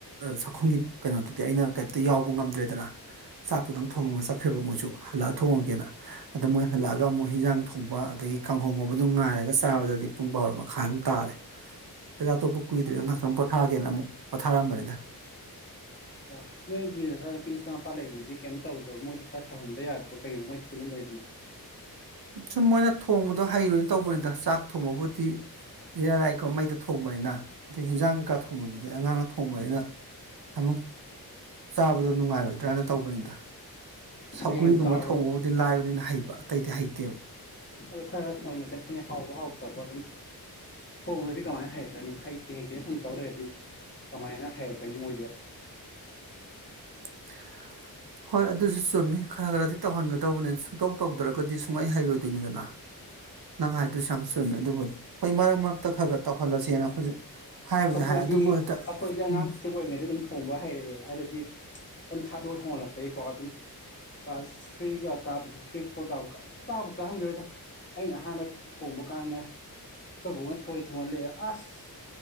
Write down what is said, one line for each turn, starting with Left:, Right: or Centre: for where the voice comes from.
Right: ꯆꯥꯛꯈꯨꯝꯒꯤ ꯀꯩꯅꯣꯗꯨꯗꯤ ꯑꯩꯅ ꯀꯩꯝꯇ ꯌꯥꯎꯕ ꯉꯝꯗ꯭ꯔꯦꯗꯅ ꯆꯥꯛꯇꯨꯗꯪ ꯊꯣꯡꯉꯝꯃ ꯆꯠꯈ꯭ꯔꯦꯕ ꯃꯣꯏꯁꯨ ꯍꯜꯂꯛꯑ ꯊꯣꯡꯉꯝꯒꯦꯅ ꯑꯗ ꯃꯣꯏ ꯍꯜꯂꯛꯑꯒ ꯑꯃꯨꯛ ꯍꯤꯟꯖꯥꯡ ꯊꯣꯡꯕ ꯑꯗꯒꯤ ꯀꯥꯡꯉꯧ ꯉꯧꯕꯗꯨ ꯉꯥꯏꯔꯒ ꯆꯥꯕꯗꯗꯤ ꯄꯨꯡ ꯕꯥꯔꯤ ꯃꯈꯥꯏꯃꯨꯛ ꯇꯥꯔꯦ ꯆꯥꯛꯆ ꯇꯣꯛꯄ ꯀꯨꯏꯗ꯭ꯔꯤꯅ ꯉꯥꯛꯇ ꯄꯣꯊꯥꯒꯦꯅ ꯑꯃꯨꯛ ꯄꯣꯊꯥꯔꯝꯕꯅꯤꯗ <inaudible>
Left: ꯑꯣ ꯅꯣꯏꯒꯤ ꯅꯆꯥꯅꯨꯄꯤ ꯅꯆꯥꯅꯨꯄꯥ ꯂꯩꯕꯗꯨꯗꯤ ꯀꯩꯝ ꯇꯧꯗ꯭ꯔꯕ ꯃꯣꯏꯗꯨ ꯈꯔ ꯇꯧꯍꯟꯕ ꯌꯥꯗ꯭ꯔꯣ ꯀꯩꯒꯤꯅꯣ ꯃꯣꯏ ꯇꯨꯃꯤꯟ ꯂꯩꯗꯨꯅ
Right: ꯁꯨꯝ ꯃꯣꯏꯅ ꯊꯣꯡꯕꯗꯣ ꯍꯩꯔꯣꯏꯅ ꯇꯧꯕꯅꯤꯗ ꯆꯥꯛ ꯊꯣꯡꯕꯕꯨꯗꯤ ꯏꯔꯥ ꯂꯥꯏꯁꯣ ꯃꯩꯗ ꯊꯣꯡꯕꯅꯤꯅ ꯑꯗꯨ ꯍꯤꯟꯖꯥꯡ ꯀꯩꯀꯥ ꯊꯣꯡꯕꯗꯨꯗꯤ ꯑꯉꯥꯡꯅ ꯊꯣꯡꯕꯅꯤꯅ ꯑꯃꯨꯛ ꯆꯥꯕꯗꯣ ꯅꯨꯡꯉꯥꯏꯔꯣꯏꯗ꯭ꯔꯅ ꯇꯧꯕꯅꯤꯗ ꯁꯧꯒꯔꯤ
Left: ꯍꯌꯦꯡ
Right: ꯒꯨꯝꯕ
Left: ꯆꯥꯎꯔꯒ
Right: ꯊꯣꯡꯕꯕꯨꯗꯤ ꯂꯥꯏꯕꯅꯤꯅ ꯍꯩꯕ ꯑꯇꯩꯗꯤ ꯍꯩꯇꯦꯕ
Left: ꯑꯗꯨ ꯈꯔ ꯈꯔ ꯊꯣꯡꯍꯟꯒꯗꯕꯅꯤ ꯍꯥꯎꯕ ꯍꯥꯎꯇꯕ ꯑꯗꯨꯝ ꯊꯣꯡꯗꯗꯤ ꯀꯃꯥꯏꯅ ꯍꯩꯔꯛꯀꯅꯤ ꯍꯩꯇꯦ ꯍꯩꯇꯦꯅ ꯁꯨꯝ ꯇꯧ ꯂꯩꯔꯗꯤ ꯑꯗꯨꯗꯤ ꯀꯃꯥꯏꯅ ꯍꯩꯔꯛꯀꯅꯤ ꯃꯣꯏꯗꯤ
Right: <inaudible> ꯍꯣꯏ ꯑꯗꯨꯁꯨ ꯆꯨꯝꯃꯤ ꯈꯔ ꯈꯔꯗꯤ ꯇꯧꯍꯟꯒꯗꯕꯅꯤ ꯁꯨꯡꯇꯧ ꯇꯧꯗ꯭ꯔꯒꯗꯤ ꯁꯨꯡꯍꯩ ꯍꯩꯔꯣꯏꯗꯣꯏꯅꯤꯗꯅ ꯅꯪ ꯍꯥꯏꯗꯨꯁꯨ ꯌꯥꯝ ꯆꯨꯝꯃꯦ ꯑꯗꯨꯕꯨꯗꯤ ꯍꯣꯏ ꯃꯔꯛ ꯃꯔꯛꯇ ꯈꯔ ꯈꯔ ꯇꯧꯍꯜꯂꯁꯦꯅ ꯑꯩꯈꯣꯏꯁꯨ ꯍꯥꯏꯕꯨꯗꯤ
Left: ꯑꯩꯈꯣꯏꯗꯤ
Right: ꯍꯥꯏ ꯑꯗꯨꯕꯨ ꯍꯦꯛꯇ
Left: ꯑꯩꯈꯣꯏꯗꯤ ꯑꯉꯥꯡꯁꯦ
Right: ꯎꯝ
Left: ꯄꯤꯁꯛ ꯑꯣꯏꯔꯤꯉꯩꯗ ꯑꯗꯨꯝ ꯊꯣꯡꯕ ꯍꯩꯔꯛꯑꯦ ꯍꯥꯏꯕꯗꯤ ꯑꯗꯨꯝ ꯊꯥꯗꯣꯛ ꯊꯣꯡꯍꯜꯂꯛꯄꯒꯤꯀꯣ ꯑꯗꯨꯝ ꯀ꯭ꯂꯥꯁ ꯊ꯭ꯔꯤꯒ ꯀꯥꯕꯗꯣ ꯊ꯭ꯔꯤ ꯐꯣꯔ ꯀꯥꯕ ꯀ ꯀꯥꯕꯨ ꯀꯥꯔꯝꯈꯤꯔꯣꯏꯗ ꯑꯩꯅ ꯑꯍꯥꯟꯕ ꯊꯣꯡꯕ ꯀꯥꯟꯗ ꯑꯩꯈꯣꯏ ꯕꯣꯛꯅ ꯊꯔꯣꯏ ꯊꯣꯡꯍꯜꯂꯛꯑꯦ ꯑꯁ